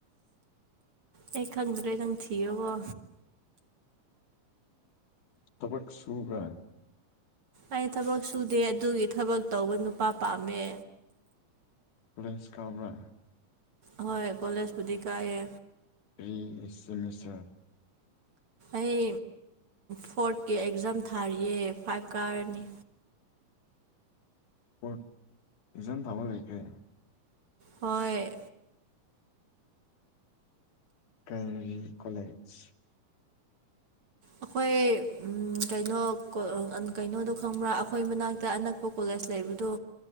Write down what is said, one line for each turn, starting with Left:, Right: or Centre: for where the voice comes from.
Right: ꯑꯩ ꯈꯪꯗ꯭ꯔꯦ ꯅꯪ ꯊꯤꯑꯣꯀꯣ
Left: ꯊꯕꯛ ꯁꯨꯕꯥ
Right: ꯑꯩ ꯊꯕꯛ ꯁꯨꯗꯦ ꯑꯗꯨꯒꯤ ꯊꯕꯛ ꯇꯧꯕ ꯅꯨꯄꯥ ꯄꯥꯝꯃꯦ
Left: ꯐ꯭ꯔꯦꯟ <unintelligible> ꯁ ꯀ ꯑꯃꯥ
Right: ꯍꯣꯏ ꯀꯣꯂꯦꯖꯕꯨꯗꯤ ꯀꯥꯑꯦ
Left: ꯐꯁ <unintelligible>
Right: ꯑꯩ ꯐꯣꯔꯠꯀꯤ ꯑꯦꯛꯖꯥꯝ ꯊꯥꯔꯤꯌꯦ ꯐꯥꯏꯚ ꯀꯥꯔꯅꯤ
Left: ꯀ ꯏꯖ ꯊꯃꯔ ꯂꯩꯦꯈꯦ
Right: ꯍꯣꯏ
Left: ꯀ꯭ꯔꯥꯏꯃꯔꯤ ꯀꯂꯦꯖ
Right: ꯑꯩꯈꯣꯏ ꯎ ꯀꯩꯅꯣ ꯀꯩꯅꯣꯗꯣ ꯈꯪꯕ꯭ꯔꯥ ꯑꯩꯈꯣꯏ ꯃꯅꯥꯛꯇ ꯑꯅꯛꯄ ꯀꯣꯂꯦꯖ ꯁ ꯂꯩꯕꯗꯣ